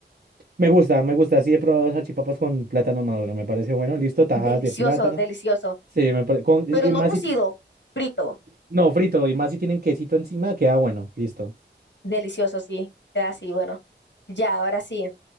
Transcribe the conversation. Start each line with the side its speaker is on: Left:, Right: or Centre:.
Right: Me gusta, me gusta. Sí, he probado salchipapas con plátano maduro. Me parece bueno. Listo, tajadas
Left: Delicioso,
Right: de plátano.
Left: delicioso.
Right: Sí, me parece. Con... Y
Left: Pero
Right: y
Left: no
Right: más
Left: cocido,
Right: si. t-
Left: frito.
Right: No, frito. Y más si tienen quesito encima, queda bueno. Listo.
Left: Delicioso, sí. Queda así, bueno. Ya, ahora sí.